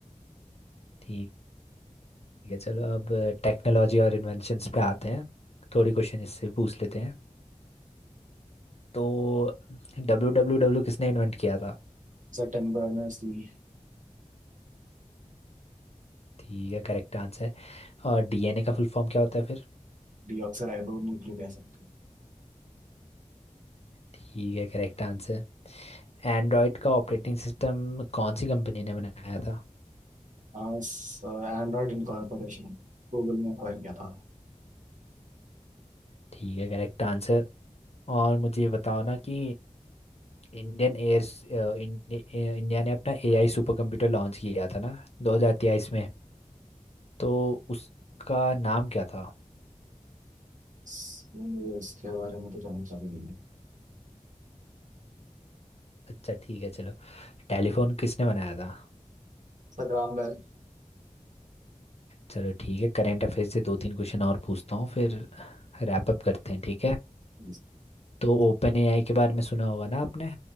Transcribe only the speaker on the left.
ठीक है चलो अब टेक्नोलॉजी और इन्वेंशंस पे आते हैं थोड़ी क्वेश्चन इससे भी पूछ लेते हैं तो डब्ल्यू डब्ल्यू डब्ल्यू किसने इन्वेंट किया था
ठीक है करेक्ट आंसर और डीएनए का फुल फॉर्म क्या होता है फिर
ठीक है करेक्ट आंसर एंड्रॉयड का ऑपरेटिंग सिस्टम कौन सी कंपनी ने बनाया था
ठीक है करेक्ट आंसर और मुझे ये बताओ ना कि इंडियन एयर इंडिया ने अपना एआई सुपर कंप्यूटर लॉन्च किया था ना 2023 में तो उसका नाम क्या था
अच्छा ठीक है चलो टेलीफोन किसने बनाया था
चलो ठीक है करंट अफेयर्स से दो तीन क्वेश्चन और पूछता हूँ फिर रैप अप करते हैं ठीक है
तो ओपन एआई के बारे में सुना होगा ना आपने